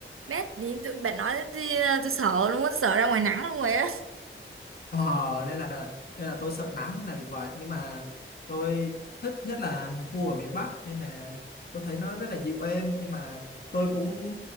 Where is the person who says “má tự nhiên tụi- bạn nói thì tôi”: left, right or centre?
Right